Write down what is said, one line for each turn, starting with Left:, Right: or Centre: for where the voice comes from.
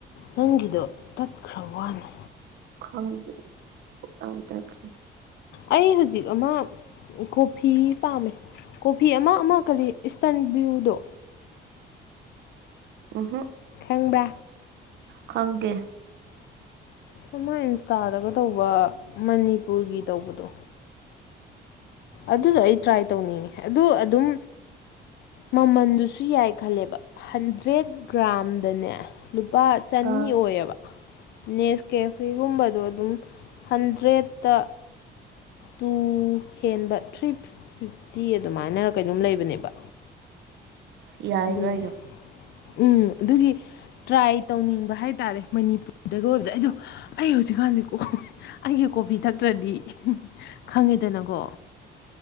Left: ꯅꯪꯒꯤꯗꯣ ꯇꯠꯈ꯭ꯔꯕ ꯋꯥꯅꯦ
Right: ꯈꯪꯉ ꯇꯦ
Left: ꯑꯩ ꯍꯧꯖꯤꯛ ꯑꯃ ꯀꯣꯐꯤ ꯄꯥꯝꯃꯦ ꯀꯣꯐꯤ ꯑꯃ ꯑꯃ ꯀꯔꯤ ꯏꯁꯇꯔꯟ ꯕ꯭꯭ꯂꯌꯨꯗꯣ
Right: ꯎꯍ
Left: ꯆꯪꯕ꯭ꯔ
Right: ꯈꯪꯒꯦ
Left: ꯁꯨꯃꯥꯏ ꯏꯟꯁꯇꯥꯗꯒ ꯇꯧꯕ ꯃꯅꯤꯄꯨꯔꯒꯤ ꯇꯧꯕꯗꯣ ꯑꯗꯨꯗꯣ ꯑꯩ ꯇ꯭ꯔꯥꯏ ꯇꯧꯅꯤꯡꯉꯦ ꯑꯗꯨ ꯑꯗꯨꯝ ꯃꯃꯜꯗꯨꯁꯨ ꯌꯥꯏ ꯈꯜꯂꯦꯕ ꯍꯟꯗ꯭ꯔꯦꯠ ꯒ꯭ꯔꯥꯝꯗꯅꯦ ꯂꯨꯄꯥ ꯆꯅꯤ
Right: ꯑꯥ
Left: ꯑꯣꯏꯌꯦꯕ ꯅꯦꯁ ꯀꯦꯐꯤꯒꯨꯝꯕꯗꯣ ꯑꯗꯨꯝ ꯍꯟꯗ꯭ꯔꯦꯠꯇ ꯇꯨ ꯍꯦꯟꯕ ꯊ꯭ꯔꯤ ꯐꯤꯐꯇꯤ ꯑꯗꯨꯃꯥꯏꯅ ꯀꯩꯅꯣꯝ ꯂꯩꯕꯅꯦꯕ
Right: ꯌꯥꯏ
Left: ꯑꯗꯨꯒꯤ
Right: ꯀ
Left: ꯎꯝ ꯑꯗꯨꯒꯤ ꯇ꯭ꯔꯥꯏ ꯇꯧꯅꯤꯡꯕ ꯍꯥꯏ ꯇꯥꯔꯦ ꯃꯅꯤꯄꯨꯔꯗꯒ ꯑꯣꯏꯕꯗ ꯑꯩꯗꯣ ꯑꯩ ꯍꯧꯖꯤꯛꯀꯥꯟꯗꯤ ꯑꯩꯒꯤ ꯀꯣꯐꯤ ꯊꯛꯇ꯭ꯔꯗꯤ ꯈꯪꯉꯦꯗꯅꯀꯣ